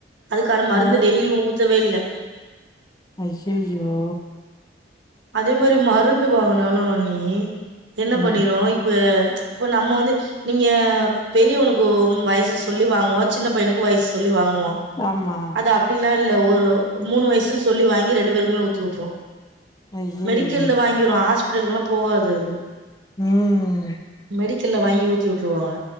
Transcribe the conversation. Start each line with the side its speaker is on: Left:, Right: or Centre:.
Right: அதுகான மருந்து
Left: ஆ.
Right: டெய்லியும் ஊத்தவே இல்ல
Left: அய்யய்யோ
Right: அதே மாரி மருந்து வாங்கனாலும் அண்ணி என்ன
Left: ம்.
Right: பண்ணிரோம் இப்ப இப்போ நம்ம வந்து நீங்க பெரியவனுக்கும் வயசு சொல்லி வாங்குவோம் சின்ன பையனுக்கு வயசு சொல்லி வாங் குவோம்
Left: ஆமா
Right: அது அப்டி இல்லல்ல ஒரு மூணு வயசு சொல்லி வாங்கி ரெண்டு பேருக்குமே ஊத்தி விட்டுரும்
Left: ஐய்யய்ய
Right: மெடிக்கல்ல வாங்கிரும் ஹாஸ்பிடலுக்கு எல்லா போகாது அது
Left: உம்
Right: மெடிக்கல்ல வாங்கி ஊத்திட்டுருவாங்க